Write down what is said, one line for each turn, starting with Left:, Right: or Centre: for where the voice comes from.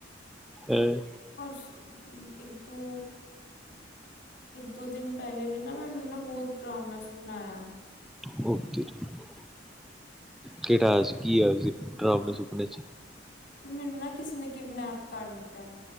Centre: ਹਮ
Left: ਪਰਸ ਇੱਕ ਦੋ ਇੱਕ ਦੋ ਦਿਨ ਪਹਿਲੇ ਵੀ ਨਾ, ਮੈਂਨੂੰ ਬਹੁਤ ਡਰਾਵਨਾ ਸੁਪਨਾ ਆਇਆ।
Centre: ਹੋਤੀ। <unintelligible> ਕਿਹੜਾ ਆਇਆ ਸੀ, ਕੀ ਆਇਆ ਸੀ, ਡਰਾਵਣੇ ਸੁਪਨੇ ਚ?
Left: ਵੀ ਮੈਨੂੰ ਨਾ, ਕਿਸੇ ਨੇ ਕਿਡਨੈਪ ਕਰ ਲੀਤਾ ਹੈ।